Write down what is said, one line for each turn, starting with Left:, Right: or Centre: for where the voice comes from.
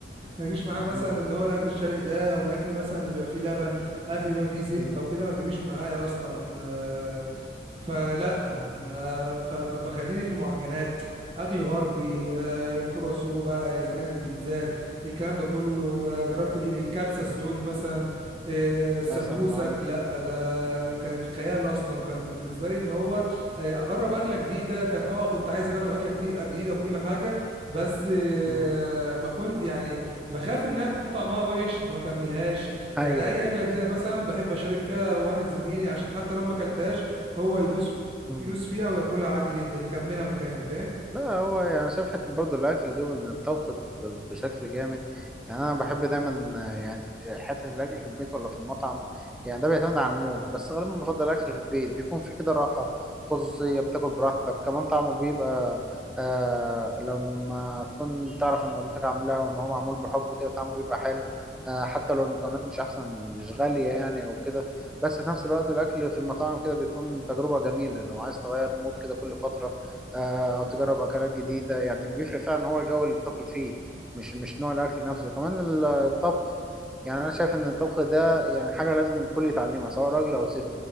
Right: ما بيجيش معايا مثلا
Centre: مم.
Right: اللي هو الاكل الشرقي ده او الاكل مثلا اللي بيبقى فيه لبن اكل بيبقى فيه زبده
Centre: مم.
Right: وكده ما بيجيش معايا اصلا آه، فلا ما ف- فبخليني في المعجنات اكل غربي آه، الكرواسون بقى اذا كان البيتزا الكلام ده كله آه، جربت ال- الكبسة السعودي مثلا آه، سمبوسك
Centre: مثلا اه
Right: لا ده كانت خيال اصلا كان بالنسبة لي ان هو آه، اجرب اكلة جديدة كان اه كنت عايز اجرب اكلة كتير آه، جديدة وكل حاجة بس آه،
Centre: مم.
Right: ما كنت يعني بخاف انها تكون طعمها وحش فما كملهاش
Centre: ايوه
Right: يعني اي
Centre: ايوه
Right: اكلة جديدة مثلا بحب اشارك فيها واحد زميلي عشان حتى لو ما اكلتهاش هو يدوس
Centre: مم.
Right: يدوس فيها وياكلها عادي جدا يكملها مكاني فاهم
Centre: لا هو يعني شايف حتة برضه الأكل دي وإن الطبخ ب- بشكل جامد يعني أنا بحب دايما آه، يعني حتة الأكل في البيت ولا في المطعم يعني ده بيعتمد على المود بس غالبا بفضل الأكل في البيت بيكون في كده راحة خصوصية بتاكل براحتك كمان طعمه بيبقى آه لما تكون تعرف إن والدتك عاملاه وإن هو معمول بحب كده طعمه بيبقى حلو آه حتى لو المكونات مش أحسن مش غالية يعني أو كده بس في نفس الوقت الأكل في المطاعم كده بيكون تجربة جميلة لو عايز تغير مود كده كل فترة آه، او تجرب أكلات جديدة يعني اللي بيفرق فعلا هو الجو اللي بتاكل فيه مش مش نوع الأكل نفسه كمان ال- الطبخ يعني أنا شايف إن الطبخ ده يعني حاجة لازم الكل يتعلمها سواء راجل أو ست